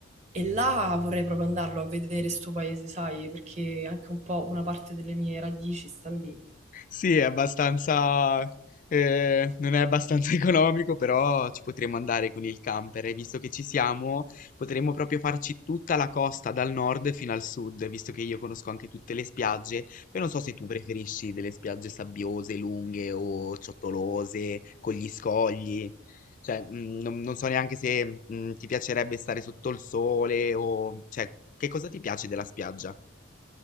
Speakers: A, on the right (about 35°); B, on the left (about 40°).
A: e là vorrei proprio andarlo a vedere sto paese, sai, perché anche un po' una parte delle mie radici sta lì.
B: Sì, è abbastanza, eh, non è abbastanza <laughs> economico, però ci potremmo andare con il camper e visto che ci siamo, potremmo proprio farci tutta la costa dal nord fino al sud, visto che io conosco anche tutte le spiagge. Poi non so se tu preferisci delle spiagge sabbiose, lunghe o ciottolose, con gli scogli. Cioè, mm, non, non so neanche se, mm, ti piacerebbe stare sotto il sole o, cioè, che cosa ti piace della spiaggia?